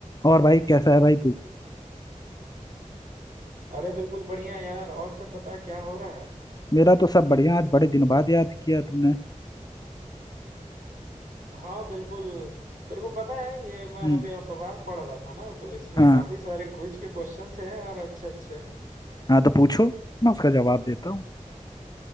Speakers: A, on the left (about 30°); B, on the right (about 80°).
A: और भाई कैसा है भाई तू
B: अरे बिल्कुल बढ़िया यार और सब बता क्या हो रहा है
A: मेरा तो सब बढ़िया आज बड़े दिन बाद याद किया तुमने
B: हाँ बिल्कुल तेरे को पता है ये मैं
A: हम्म
B: अभी अखबार पढ़ रहा था ना तो इसमें
A: हाँ
B: काफी सारे क्विज के क्वेश्चंस हैं यार अच्छे अच्छे
A: हाँ तो पूछो मैं उसका जवाब देता हूँ